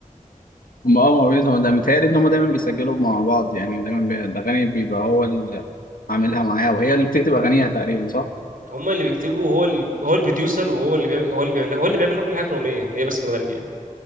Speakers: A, on the left; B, on the right.
A: هم اه موجودين هو ده متهيألي إن هم دايما بيسجلوا مع بعض يعني دايما بي... الأغاني بيبقى هو اللي عاملها معاها وهي اللي بتكتب أغانيها تقريبا صح؟
B: هما اللي بيكتبوا هو ال... هو البروديوسر وهو اللي بيعمل هو اللي بيعمل لك هو اللي بيعمل لك كل حاجه في الاغنيه هي بس بتغني